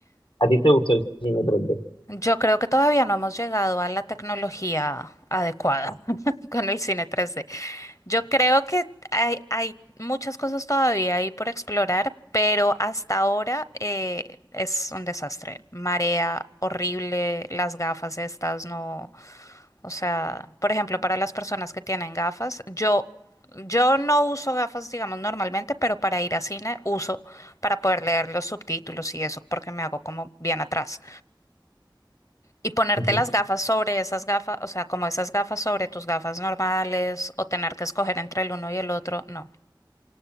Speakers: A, on the left; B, on the left.
A: ¿A ti te gustó el cine tres d
B: Yo creo que todavía no hemos llegado a la tecnología adecuada <laughs> con el cine 3D. Yo creo que hay, hay muchas cosas todavía ahí por explorar, pero hasta ahora eh, es un desastre. Marea horrible, las gafas estas no. O sea, por ejemplo, para las personas que tienen gafas, yo, yo no uso gafas, digamos, normalmente, pero para ir a cine uso para poder leer los subtítulos y eso, porque me hago como bien atrás. Y ponerte
A: Ujú.
B: las gafas sobre esas gafas, o sea, como esas gafas sobre tus gafas normales, o tener que escoger entre el uno y el otro, no,